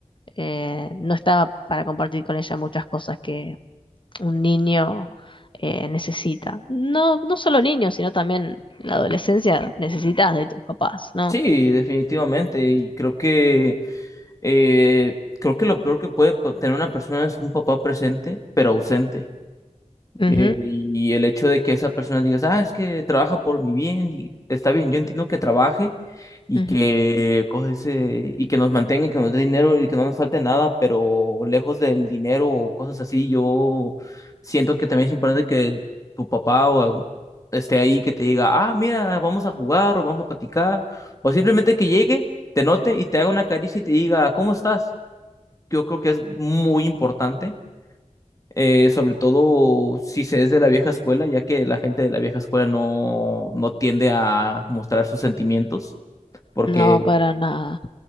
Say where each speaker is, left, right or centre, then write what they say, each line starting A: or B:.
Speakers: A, on the left; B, on the left.
A: eh, no estaba para compartir con ella muchas cosas que un niño eh, necesita. No, no solo niños, sino también en la adolescencia necesitas de tus papás, ¿no?
B: sí, definitivamente. Y creo que, eh, creo que lo peor que puede po- tener una persona es un papá presente, pero ausente.
A: Ujú,
B: Eh, y el hecho de que esa persona digas, ah, es que trabaja por mi bien y está bien, yo entiendo que trabaje y
A: ujú.
B: que coge ese, y que nos mantenga, y que nos dé dinero y que no nos falte nada, pero lejos del dinero o cosas así, yo siento que también es importante que tu papá o algún- esté ahí, que te diga, ah, mira, vamos a jugar o vamos a platicar, o simplemente que llegue, te note y te haga una caricia y te diga, ¿cómo estás? Yo creo que es muy importante eh, sobre todo si se es de la vieja escuela, ya que la gente de la vieja escuela no, no tiende a mostrar sus sentimientos, porque,
A: No, para nada.